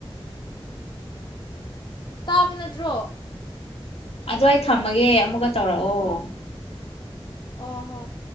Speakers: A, on the left; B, on the left.
A: ꯇꯥꯕ ꯅꯠꯇ꯭ꯔꯣ
B: ꯑꯗꯣ ꯑꯩ ꯊꯝꯃꯒꯦ ꯑꯃꯨꯛꯀ ꯇꯧꯔꯛꯑꯣ
A: ꯑꯣ ꯍꯣ